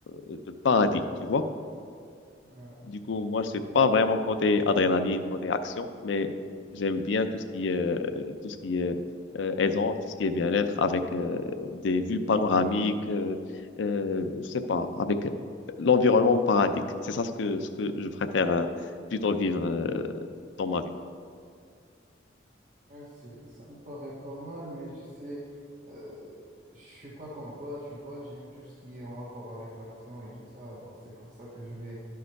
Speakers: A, on the left (about 85°); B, on the right (about 45°).
A: de paradis, tu vois.
B: ouais.
A: Du coup, moi, je suis pas vraiment côté adrénaline, côté action, mais j'aime bien tout ce qui est, tout ce qui est euh, aisance, tout ce qui est bien-être, avec euh, des vues panoramiques, euh, euh, je sais pas, avec l'environnement paradis. C'est ça ce que, ce que je préfère euh, plutôt vivre euh, dans ma vie.
B: Ouais, c'est, ça me paraît pas mal, mais tu sais, euh, je suis pas comme toi, tu vois, j'aime tout ce qui est en rapport avec l'action et tout ça. Alors c'est pour ça que je vais,